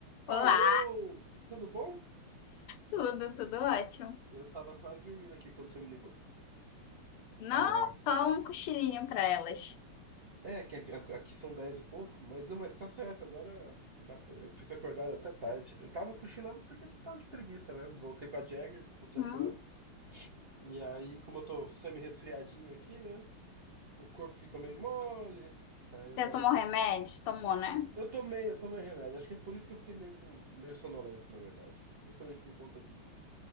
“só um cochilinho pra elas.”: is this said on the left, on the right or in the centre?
Left